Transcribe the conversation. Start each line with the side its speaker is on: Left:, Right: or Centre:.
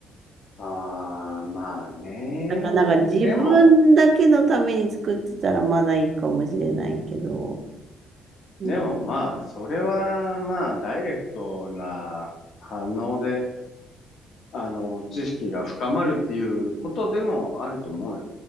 Left: ああー、まあね。
Right: だからなんか自分だけのために作ってたらまだいいかもしれないけど、
Left: でも、
Right: なんか
Left: でもまあ、それはまあ、ダイレクトな反応で、あの、知識が深まるっていうことでもあると思うよ。